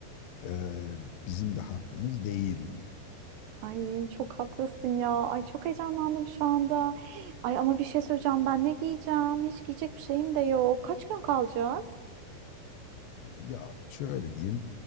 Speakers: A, on the left (about 80°); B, on the right (about 80°).
A: e, bizim de hakkımız değil mi?
B: Ay çok haklısın ya. Ay çok heyecanlandım şu anda. Ay ama bir şey söyleyeceğim. Ben ne giyeceğim? Hiç giyecek bir şeyim de yok. Kaç gün kalacağız?
A: Ya şöyle diyeyim.